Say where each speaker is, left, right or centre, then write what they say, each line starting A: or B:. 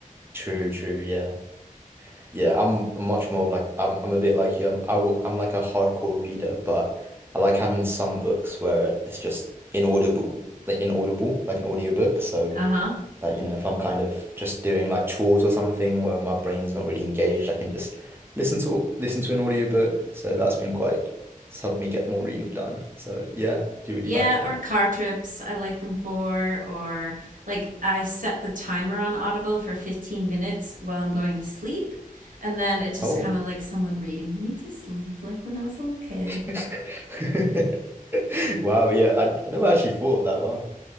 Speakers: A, on the right (about 15°); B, on the right (about 70°).
A: true, true. Yeah. Yeah, I'm much more of like I'm I'm a bit like you. I'm I w I'm like a hardcore reader, but I like having some books where it's just inaudible, like inaudible, like an audiobook. So
B: Uh huh.
A: that, you know, if I'm kind of just doing like chores or something where my brain's not really engaged, I can just listen to listen to an audiobook. So that's been quite it's helped me get more reading done. So yeah, do really
B: Yeah,
A: like it.
B: or car trips, I like them for, or like I set the timer on Audible for 15 minutes while I'm going to sleep. And then it's just
A: Oh.
B: kind of like someone reading me to sleep, like when I was a little kid.
A: <laughs> Wow, yeah, I, I never actually thought of that. Wow.